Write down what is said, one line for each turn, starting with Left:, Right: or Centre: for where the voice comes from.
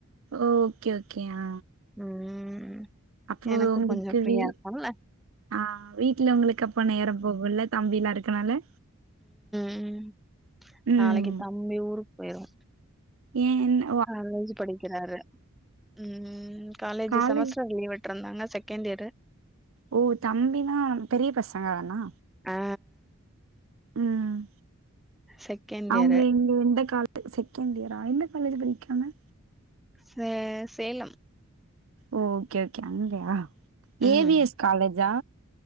Right: ஓகே ஓகே ஆ
Centre: ம்
Right: அப்போ
Centre: எனக்கு
Right: உங்களுக்கு
Centre: கொஞ்சோ ஃப்ரியாருக்குல
Right: வீ ஆ வீட்ல உங்களுக்கு அப்ப நேரோ போகுல தம்பில்லா இருக்கனால
Centre: ம்
Right: ம்
Centre: நாளைக்கு தம்பி ஊருக் போயிருவா
Right: ஏ என்ன
Centre: காலேஜ் படிக்கிறாரு ம் காலேஜு
Right: காலேஜ்
Centre: செமஸ்டர் லீவுட் ட்றுந்தாங்க செகண்ட் இயரு
Right: ஓ தம்பினா பெரிய பசங்க தானா
Centre: ஆ
Right: ம்
Centre: செகண்ட்
Right: அவுங்க
Centre: இயர்
Right: இங்கு வெண்ட கால் அ செகண்ட் இயரா எந்த காலேஜ் படிக்காம
Centre: சே சேலம்
Right: ஓ ஓகே ஓகே அங்கயா
Centre: ம்
Right: ஏ வி எஸ் காலேஜா